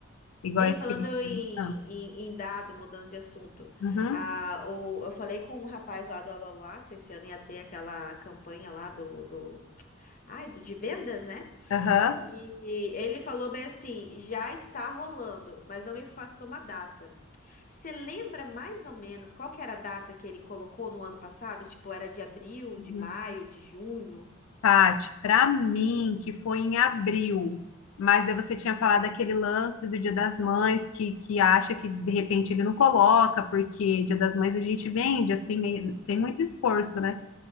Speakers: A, on the left; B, on the left.
A: iguais
B: Ei, falando
A: que.
B: em,
A: Ah,
B: em, em dado, mudando de assunto,
A: uhum,
B: ah, o, eu falei com um rapaz lá do Alaluá, se esse ano ia ter aquela campanha lá do, do, ai, do- de vendas, né?
A: aham.
B: E ele falou bem assim, já está rolando, mas não me passou uma data. Você lembra mais ou menos qual que era a data que ele colocou no ano passado? Tipo, era de abril,
A: uhum.
B: de maio, de junho?
A: Paty, para mim, que foi em abril, mas aí você tinha falado aquele lance do Dia das Mães, que, que acha que de repente ele não coloca, porque Dia das Mães a gente vende, assim, meio- sem muito esforço, né?